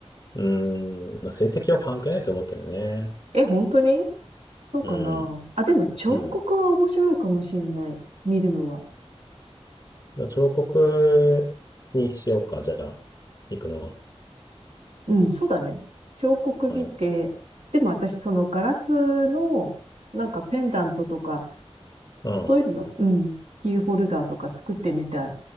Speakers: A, on the left; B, on the right.
A: うん、まあ、成績は関係ないと思うけどね。
B: え、本当にそうかな。
A: うん。
B: あ、でも彫刻は面白いかもしんない。
A: うん
B: 見るのは。
A: じゃあ彫刻にしようか、じゃあ、行くのは。
B: うん、そうだね。彫刻見て、
A: うん。
B: でも私そのガラスのなんかペンダントとか、
A: うん。
B: そういうの、うん、キーホルダーとか作ってみたい。